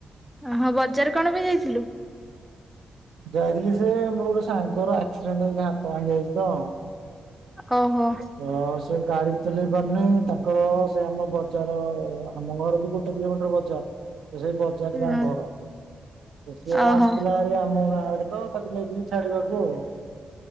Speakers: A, in the centre; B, on the right.
A: ଓହୋଃ। ବଜାର କଣ ପାଇଁ ଯାଇଥିଲୁ?
B: ଯାଇଥିଲି ସେ ମୋର ଗୋଟେ ସାଙ୍ଗର ଆକ୍ସିଡେଣ୍ଟ ହେଇକି ହାତ ଭାଙ୍ଗି ଯାଇଛି ତ
A: ଓହୋଃ।
B: ତ ସେ ଗାଡ଼ି ଚଲେଇ ପାରୁନି ତାଙ୍କର ସେ ଆମ ବଜାର ଆମ ଘର ବି ଗୋଟେ କିଲୋମିଟର ବଜାର ତ ସେଇ ବଜାରରେ
A: ହଁ
B: ତାଙ୍କ ଘର। ସିଏ
A: ଓହୋ
B: ଆସିଥିଲା ଭାରି ଆମ ଗାଁ ଆଡ଼େ। ତ ତାକୁ ନେଇଥିଲି ଛାଡ଼ିବାକୁ ଆଉ।